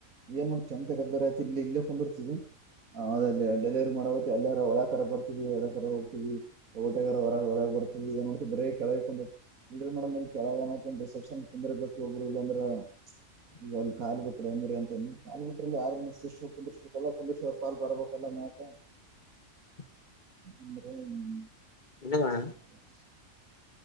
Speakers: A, on the right; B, on the left.
A: ಏನ ಮಾಡ ಚೆಮ ತಗದ್ ಬರ ಆಯತಿ ಇಲ್ಲಿ ಇಲ್ಲೇ ಕುಂದಿರ್ತದ. ಹೌದ ದ ಡೆಲಿವರಿ ಮಾಡ್ಬೇಕ ಅಲ್ಲ ಒಳ ಕರ ಬರ್ತೀದ್ವಿ ಹೊರಕರ ಹೋಗತಿದ್ವಿ ತೋಟಗಾರ ಹೊರಗ ಹೋರ ಬರ್ತವಿ ಈಗ ನೋಡಿದರೆ ಬರೇ ಕೆಳಗೆ ಕುಂತಿದ್ವಿ ಬಂದ್ರೆ ಮೇಡಂ, ಕೆಳಗೆ ಹೋಗೋಣ ರಿಸೆಪ್ಶನ್ ಕುಂದರಬೇಕ್ರೀ ಒಬ್ರು ಇಲ್ಲಂದ್ರೆ.
B: <inaudible>
A: ನೀವ ಅಲ್ಲಿ ಕಾಲಿ ಬಿಟ್ರೆ ಹೆಂಗ್ರಿ ಅಂತ ಅಂದೀ ಕಾಲಿ ಬಿಟ್ರೇ ಅಲ್ಲಿ ಯಾರನ ಶಿಷ್ಟ್ರು ಕುದುರೆಸಬೇಕಲ್ಲ ಕುಂತ್ರುಸಿ ಪಾಲ್ ಬರ್ಬೇಕಲ್ಲ ಮ ಅದಕ್
B: <inaudible>
A: ಹ್ಮ
B: ನಿನಗಣ